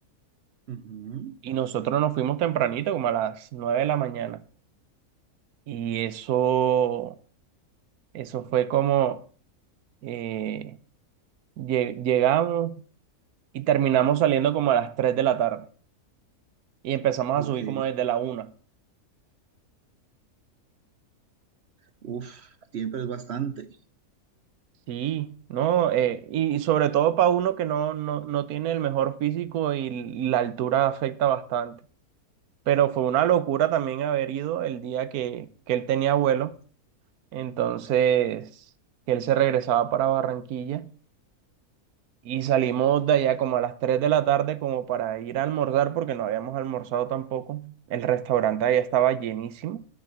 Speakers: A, on the right; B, on the right.
A: Ujú.
B: Y nosotros nos fuimos tempranito, como a las 9 de la mañana. Y eso, eso fue como eh, lle- llegamos y terminamos saliendo como a las 3 de la tarde. Y empezamos a subir
A: Ok.
B: como desde la una
A: Uf, siempre es bastante.
B: Sí, no, eh, y, sobre todo para uno que no, no, no tiene el mejor físico y la altura afecta bastante. Pero fue una locura también haber ido el día que, que él tenía vuelo, entonces que él se regresaba para Barranquilla y salimos de allá como a las 3 de la tarde como para ir a almorzar porque no habíamos almorzado tampoco. El restaurante allá estaba llenísimo